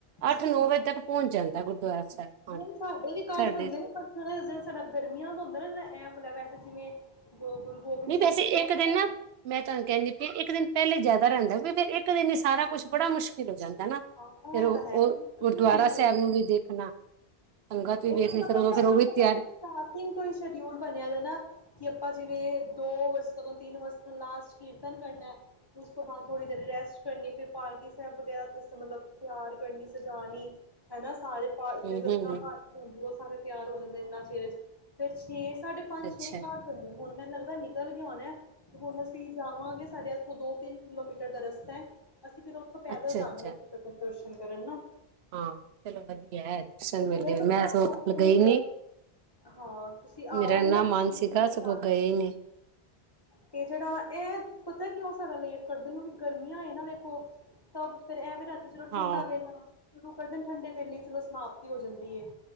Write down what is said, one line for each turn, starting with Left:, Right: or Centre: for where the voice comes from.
Right: ਅੱਠ
Left: ਅੱਛਾ
Right: ਨੌ ਵਜੇ ਤੱਕ ਪਹੁੰਚ ਜਾਂਦਾ ਗੁਰਦੁਆਰਾ ਸਾਹਿਬ
Left: ਨਹੀਂ
Right: ਹਾਂਜੀ
Left: ਸਾਡੇ ਵੀ ਘਟ
Right: ਸਾਡੇ
Left: ਹੁੰਦੇ ਨੇ ਪਰਹੜਾ ਜਿਹੜਾ ਸਾਡਾ ਗਰਮੀਆਂ ਦਾ ਹੁੰਦਾ ਨਾ ਜਿਹੜਾ ਐ ਮ ਵੈਸੇ ਜਿਵੇਂ ਗੁਰੂ ਗੋਬਿੰਦ
Right: ਨਹੀਂ
Left: ਸਿੰਘ
Right: ਵੈਸੇ
Left: ਜੀ ਦਾ
Right: ਇੱਕ
Left: ਹੁੰਦਾ
Right: ਦਿਨ ਨਾ ਮੈਂ ਤੁਹਾਨੂੰ ਕਹਿੰਦੀ ਫਿਰ ਇੱਕ ਦਿਨ ਪਹਿਲੇ ਜ਼ਿਆਦਾ ਰਹਿੰਦਾ ਹੋ ਫੇਿਰ ਇੱਕ ਦਿ ਨ ਸਾਰਾ ਕੁਛ ਬੜਾ ਮੁਸ਼ਕਿਲ ਹੋ ਜਾਂਦਾ ਨਾ
Left: ਹਾਂ
Right: ਫਿਰ
Left: ਇਹ
Right: ਉਹ
Left: ਤਾਂ ਹੈੁ
Right: ਉਹ ਗੁਰਦੁਆਰਾ
Left: ਬਿਲਕੁਲ
Right: ਸਾਹਿਬ ਨੂੰ ਵੀ ਦੇਖਣਾ ਸੰਗਤ ਵੀ ਵੇਖਣੀ
Left: ਦਾ ਪਤਾ
Right: ਫਿਰ ਉਦੋਂ
Left: ਪਤਾ
Right: ਫਿਰ ਉਹ ਵੀ ਤਿਆਰ
Left: ਸਟਾਰਟਿੰਗ ਤੋਂ ਹੀ ਸ਼ਡਿਊਲ ਬਣਿਆ ਨਾ ਕਿ ਆਪਾਂ ਜਿਵੇਂ ਦੋ ਵਜੇ ਤਨ ਤਿੰਨ ਵਜੇ ਤਨ ਲਾਸਟ ਕੀਰਤਨ ਕਰਨਾ ਫਿਰ ਉਸ ਤੋਂ ਬਾਅਦ ਥੋੜ੍ਹੀ ਦੇਰ ਰੈਸਟ ਕਰਨੀ ਫਿਰ ਪਾਰਕ ਵਗੈਰਾ ਮਤਲਬ ਤਿਆਰ ਕਰਨੀ ਸਜਾਣੀ ਹਨਾ ਸਾਰੇ ਪਾ ਜਿਵੇਂ
Right: ਹੂੰ ਹੂੰ
Left: ਗੱਤਾਂ ਪਾਾਲ ਕੇ ਆਦੀ ਉਹ ਸਾਰੇ ਪਿਆਰ ਹੋ ਜਾਂਦਾ ਇੰਨਾ ਚਿਰ ਚ ਫਿਰ ਛੇ ਸਾਢੇ ਪੰਜ
Right: ਅੱਛਾ
Left: ਛੇ ਘਟ ਹਦੇ ਨੇ ਹੁਣ ਮੈਂ ਲੱਦਾ ਨਿਕਲ ਗਿਆ ਹੋਣਾ ਤੇ ਹੁਣ ਅਸੀਂ ਜਾਵਾਂਗੇ ਸਾਡੇ ਇੱਥੋਂ ਦੋ ਤਿੰਨ ਕਿਲੋਮੀਟਰ ਦਾ ਰਸਤਾ ਹੈ। ਅਸੀਂ ਫਿਰ ਉੱਥੋਂ ਪੈਦਲ
Right: ਅੱਛਾ
Left: ਜਾਂਦੇ
Right: ਅੱਛਾ
Left: ਹਾਂ ਉੱਥੇ ਤੱਕ ਦਸ਼ਨ ਕਰਨ ਨਾ
Right: ਹਾਂ ਚਲੋ ਵਧੀਆ ਹੈ ਦਰਸ਼ਨ ਮਿਲਦੇ
Left: ਬਤਗ
Right: ਮੈਂ ਸੋ
Left: ਹੁੰ
Right: ਗਈ ਨੀ
Left: ਹਾਂ ਤੁਸੀਂ ਆਓਗੇ
Right: ਮੇਰਾ ਇੰਨਾ
Left: ਨਾ
Right: ਮਨ ਸੀਗਾ ਸਗੋਂ
Left: ਜਾਣਾ
Right: ਗਏ ਨੀ
Left: ਤੇ ਜਿਹੜਾ ਇਹ ਪਤਾ ਕਿ ਹੋ ਸਕਦਾ ਲੇਟ ਕਰਦੇ ਨੇ ਕਿਉਕਿ ਗਰੀਆਂ ਇਹ ਨਾ ਦੇ ਸਭ ਫਿਰ ਐਵਰੇਜ ਚਲੋ
Right: ਹਾਂ
Left: ਠੰਡਾ ਵੇਲਾ <unintelligible> ਕਰ ਦਿਨ ਠੰਡੇ ਵੇਲੇ ਚਲੋ ਸਮਾਪਤੀ ਹੋ ਜਾਂਦੀ ਹੈ।